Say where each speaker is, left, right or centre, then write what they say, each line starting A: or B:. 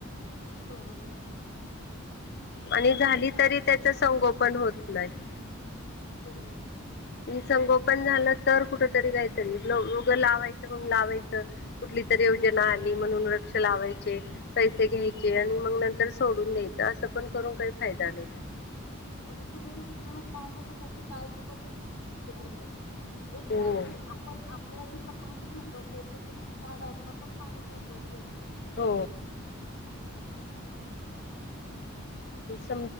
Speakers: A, on the left (about 80°); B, on the left (about 50°).
A: बरोबर
B: आणि
A: आता
B: झाली
A: तुम्ही मला
B: तरी
A: बोलला
B: त्याच संगोपन
A: हा
B: होत नाही
A: बरोबर
B: संगोपन झालं तर कुठ तरी काहीतरी लगं लावायचं लावायचं कुठली तरी ज म्हणून वक्ष लायै ते घ्यायचे
A: बरोबर
B: आणि मग नंतर सोडून द्यायचं असं पण करून काही फायदा नाही त्याचा
A: आणि तुम्ही जण लावता त्याची काळजी पद्धती घ एक
B: हो
A: बाात की आपण आपल्याला ज पाणी महत्वाचं आहे तसे झाडांना पण पाणी महत्वाचं आहे
B: तो बस..